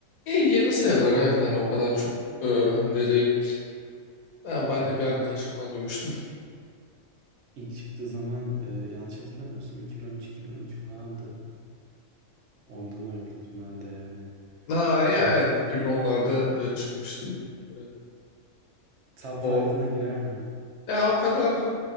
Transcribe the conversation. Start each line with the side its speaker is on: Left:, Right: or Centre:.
Left: İyi yeni sayılır evet hani o kadar çok e, önce değil. Ben, ben
Right: Evet
Left: de bir
Right: ilk
Left: arkadaşımdan
Right: çıktığı zaman.
Left: duymuştum. <laughs>
Right: İlk çıktığı zaman e, yanlış hatırlamıyorsam 2013-2012 falandı. Ondan öyle dedim ben de yani.
Left: Ha ya
Right: Ben
Left: evet 2010'larda e, çıkmıştı. E,
Right: top
Left: O
Right: 5'ına girer mi?
Left: ya o kadar